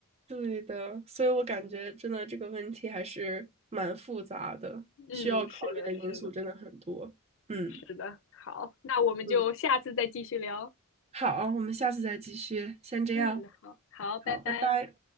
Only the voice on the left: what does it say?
嗯，
是的，是的，
是的，好，那我们就下次再继续聊，
嗯，好，好，拜拜。